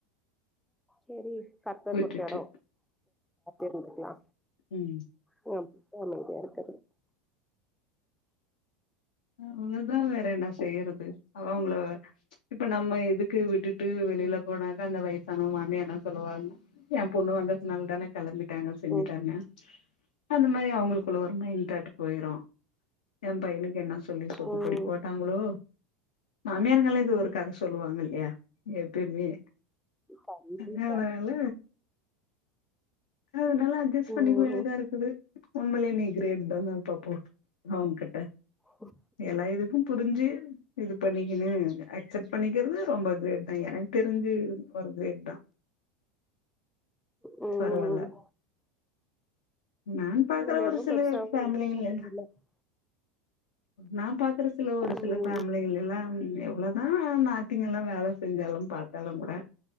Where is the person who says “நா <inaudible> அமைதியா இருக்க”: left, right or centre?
Centre